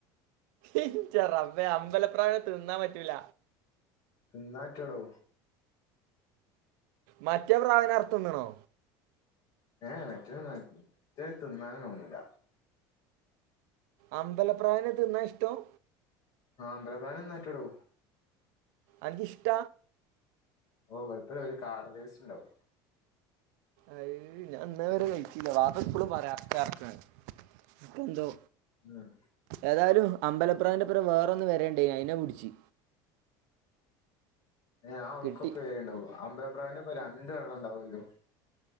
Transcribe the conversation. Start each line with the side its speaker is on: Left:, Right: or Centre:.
Right: ഇന്റെ റബ്ബേ അമ്പലപ്രാവിനെ തിന്നാൻ പറ്റൂല.
Left: തിന്നാൻ പറ്റുടോ.
Right: മറ്റേ പ്രാവിനെ അർത്ത് തിന്ന്ണോ?
Left: ഏഹ് ഏഹ് മറ്റേ തിന്നാൻ പറ്റൂല. മറ്റേ തിന്നാനെന്നെ തോന്നൂല.
Right: അമ്പലപ്രാവിനെ തിന്നാ ഇഷ്ടം?
Left: ആ അമ്പല പ്രാവിനെ തിന്നാൻ പറ്റൊടോ.
Right: അൻക്ക് ഇഷ്ട
Left: ഓഹ്, കൊഴപ്പല്ല ഒര് കാട ടേസ്റ്റ് ഇണ്ടാവും.
Right: അയ് ഞാൻ ഇന്നേ വരെ കഴിച്ചീല്ല. വാപ്പ എപ്പളും പറയും അർക്ക്, അർക്ക് ഇക്കെന്തോ,
Left: ആഹ്
Right: ഏതായാലും അമ്പലപ്രാവ്ന്റെപ്പരം വേറൊന്ന് വരേണ്ട് അയിനെ പുടിച്ച്.
Left: ഏഹ് അഹ് ഔട്ക്കൊക്കെ
Right: കിട്ടി
Left: വരേണ്ടാവും അമ്പല പ്രാവിന്റെ ഒപ്പ രണ്ട് വെള്ള ഇണ്ടാവുല്ലോ.